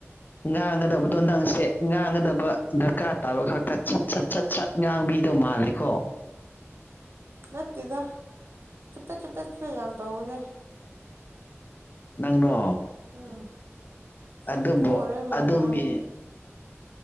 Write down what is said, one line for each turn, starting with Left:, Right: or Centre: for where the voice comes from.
Left: ꯉꯥꯡꯒꯗꯕꯗꯣ ꯅꯪꯁꯦ ꯉꯥꯡꯒꯗꯕ ꯗꯔꯀꯥꯔ ꯇꯥꯕ ꯈꯛꯇ ꯁꯠ ꯁꯠ ꯁꯠ ꯁꯠ ꯉꯥꯡꯕꯤꯗꫭ ꯃꯥꯜꯂꯦꯀꯣ
Right: ꯅꯠꯇꯦꯗ ꯆꯨꯞꯄꯦꯠ ꯆꯨꯞꯄꯦꯠꯁꯨ ꯌꯥꯝ ꯇꯧꯕꯅꯦ
Left: ꯅꯪꯅꯣ
Right: ꯎꯝ
Left: ꯑꯗꯨꯕꯨ
Right: ꯋꯥꯊꯤ ꯋꯥꯔꯦꯝ ꯌꯥꯝ
Left: ꯑꯗꫭꯝꯒꯤ
Right: ꯉꯥꯡꯕꯅꯦ